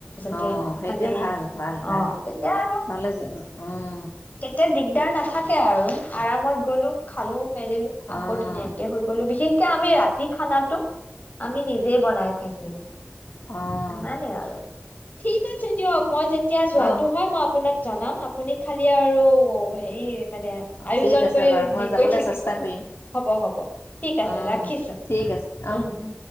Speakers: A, on the left; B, on the left.
A: যাতে
B: অঁ সেইটোৱে
A: মানে
B: ভাল ভাল ভাল
A: অঁ তেতিয়া আৰু
B: নহ'লে অঁ
A: তেতিয়া দিগদাৰ নাথাকে আৰু আৰামত গলো খালো মেলিলো আকৌ
B: অঁ
A: ধুনীয়াকে শুই গ'লো বিশেষ এয়া আমি ৰাতি খানাতো আমি নিজেই বনাই খাইছিলো
B: অ',
A: মানে আৰু ঠিক আছে দিয়ক মই যে এতিয়া যোৱাতো
B: অ',
A: হয় মই আপোনাক জনাম আপুনি খালি এতিয়া আৰু হেৰি মানে আয়োজন
B: ঠিক আছে
A: কৰি
B: বাৰু
A: হেৰি
B: মই যাবলৈ
A: কৰি থাকিব
B: চেষ্টা কৰিম
A: হ'ব হ'ব ঠিক আছে
B: অ',
A: ৰাখিছো
B: ঠিক আছে অ'।
A: উম উম